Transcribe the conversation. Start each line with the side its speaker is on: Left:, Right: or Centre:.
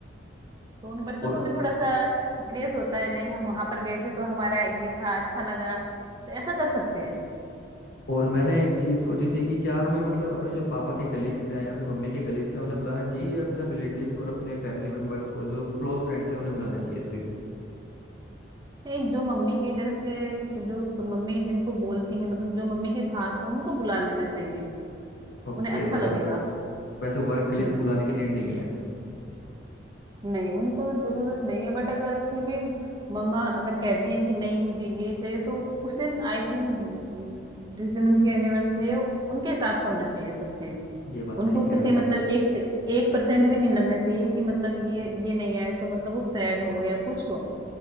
Right: तो उन बच्चों
Left: और
Right: को भी थोड़ा सा क्रेज होता है नहीं हम वहां पर गए थे तो हमारा ये था अच्छा लगा तो ऐसा कर सकते हैं
Left: और मैंने एक चीज सोची थी कि क्या हमें मतलब अपने जो पापा के कलीग्स हैं या फिर मम्मी के कलीग्स हैं उन्हें बुलाना चाहिए या फिर हम रिलेटिव्स और अपने फैमिली मेंबर्स और जो क्लोज फ्रेंड्स हैं उन्हें बुलाना चाहिए सिर्फ
Right: नहीं जो मम्मी के जैसे जो मम्मी जिनको बोलती हैं मतलब जो मम्मी के खास हैं उनको बुला लेना चाहिए
Left: ओके
Right: उन्हें अच्छा
Left: मतलब
Right: लगेगा
Left: वैसे वर्क कलीग्स
Right: हम्म
Left: को बुलाने की नीड नहीं है
Right: नहीं उनको जरूरत नहीं है बट अगर फिर भी मम्मा अगर कहती हैं कि नहीं मुझे ये चाहिए तो उस दिन आई थिंक जिस दिन उनकी एनिवर्सरी है उनके हिसाब से होना चाहिए सब चीज
Left: ये बात
Right: उनको
Left: ठीक
Right: किसी
Left: है
Right: मतलब एक से एक परसेंट भी नहीं लगना चाहिए कि मतलब ये ये नहीं आया तो मतलब वो सैड हो या कुछ हो